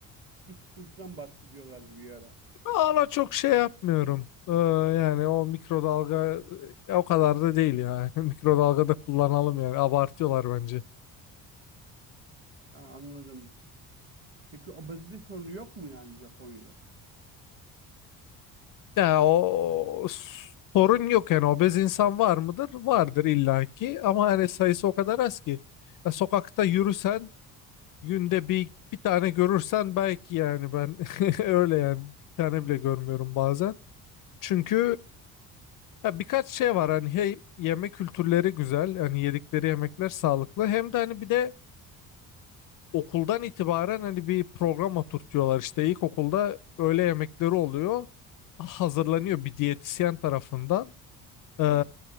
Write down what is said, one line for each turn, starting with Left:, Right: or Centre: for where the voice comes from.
Right: bir sıkıntıdan bahsediyorlardı bir ara.
Left: Ana çok şey yapmıyorum. Ee, yani o mikrodalga e, o kadar da değil yani. <laughs> Mikrodalgada kullanalım yani abartıyorlar bence.
Right: Ha, anladım. Peki obezite sorunu yok mu yani Japonya'da?
Left: Ya o sorun yok yani obez insan var mıdır? Vardır illaki ama hani sayısı o kadar az ki. Ya sokakta yürüsen günde bir bir tane görürsen belki yani ben <laughs> öyle yani bir tane bile görmüyorum bazen. Çünkü ya birkaç şey var hani hey yemek kültürleri güzel hani yedikleri yemekler sağlıklı hem de hani bir de okuldan itibaren hani bir program oturtuyorlar işte ilkokulda öğle yemekleri oluyor hazırlanıyor
Right: Hı hı.
Left: bir diyetisyen tarafından. Ee,
Right: Evet.